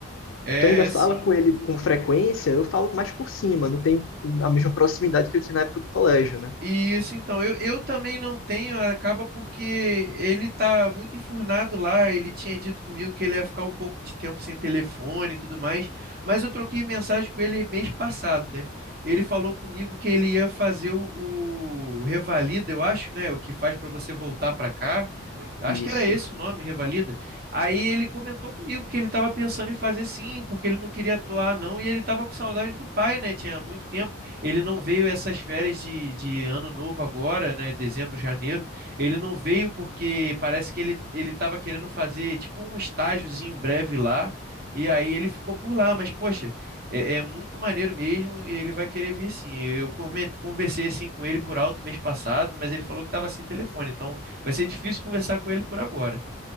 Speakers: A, on the right; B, on the left.
A: É,
B: Tu ainda
A: é
B: fala
A: sim.
B: com ele com frequência, eu falo mais por cima, não tenho a mesma proximidade que eu tinha na época do colégio, né?
A: Isso, então, eu, eu também não tenho, acaba porque ele tá muito enfurnado lá, ele tinha dito comigo que ele ia ficar um pouco de tempo sem telefone e tudo mais, mas eu troquei mensagem com ele mês passado, né? Ele falou comigo que ele ia fazer o, o Revalida, eu acho, né? O que faz para você voltar para cá Acho
B: Isso.
A: que era esse o nome, Revalida. Aí ele comentou comigo que ele estava pensando em fazer sim, porque ele não queria atuar, não, e ele estava com saudade do pai, né? Tinha muito tempo. Ele não veio essas férias de, de ano novo agora, né? Dezembro, janeiro. Ele não veio porque parece que ele ele estava querendo fazer tipo um estágiozinho breve lá. E aí ele ficou por lá, mas poxa, é, é muito maneiro mesmo e ele vai querer vir sim. Eu comen- conversei assim com ele por alto mês passado, mas ele falou que estava sem telefone, então Vai ser difícil conversar com ele por agora.